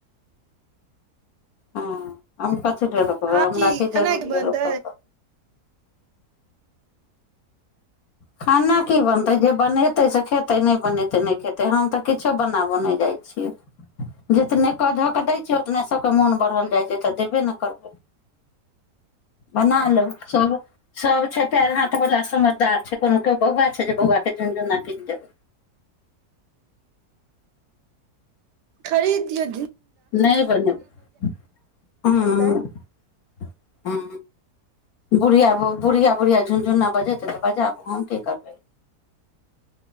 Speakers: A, on the left; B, on the right.
A: ह आ कथी रोकबै
B: आ
A: हमरा
B: की
A: क
B: केना
A: जरूरी
B: के बनतै
A: रोकब खाना की बनतै जे बनेतै से खेतै नहि बनेतै नहि खेतै हम तऽ किछो बना ब नहि जाइत छियै जितने क धऽ कऽ दै छियै उतने सभके मोन बढ़ल जाइ छै तऽ देबे ने करबै बना लो सभ सभ छै पएर हाथवला समझदार छै कोनो केओ बौआ छै जे बौआ के झुनझुन न किन देब
B: खरीदियौ
A: नहि बनेबै ह
B: बजातै
A: ह बुढ़िया ब बुढ़िया बुढ़िया झुनझुना बजेतै तऽ बजाबू हम की करबै